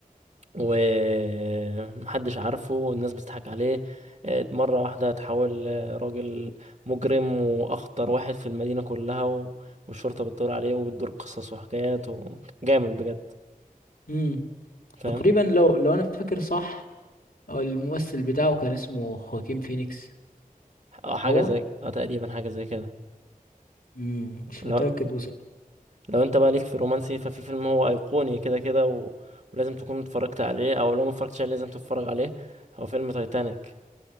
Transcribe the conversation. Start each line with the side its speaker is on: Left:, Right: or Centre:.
Right: ومحدش عارفه والناس بتضحك عليه اه، مرة واحدة اتحول اه، راجل مجرم وأخطر واحد في المدينة كلها و... والشرطة بتدور عليه وبتدور قصص وحكايات وجامد بجد
Left: امم
Right: فاهم
Left: تقريبا لو لو انا فاكر صح آه، الممثل بتاعه كان اسمه خواكين فينيكس
Right: اه حاجة
Left: هو
Right: زي اه تقريبا حاجة زي كده
Left: امم مش
Right: لو
Left: متأكد بصراحة
Right: لو انت بقى ليك في الرومانسي ففي فيلم هو ايقوني كده كده و... ولازم تكون اتفرجت عليه او لو ما اتفرجتش عليه لازم تتفرج عليه هو فيلم تايتانيك